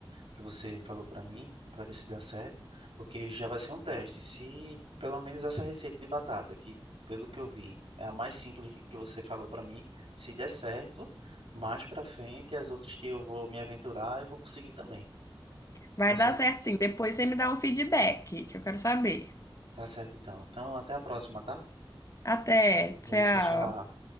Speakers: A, on the right (about 80°); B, on the left (about 35°).
A: que você falou para mim, para ver se dá certo, porque já vai ser um teste. Se pelo menos essa receita de batata, que pelo que eu vi é a mais simples que que você falou para mim, se der certo, mais para frente as outras que eu vou me aventurar, eu vou conseguir também.
B: Vai
A: Tá certo?
B: dar certo, sim. Depois você me dá um feedback, que eu quero saber.
A: Tá certo então. Então, até a próxima, tá?
B: Até,
A: Valeu,
B: tchau.
A: Tchau, tchau.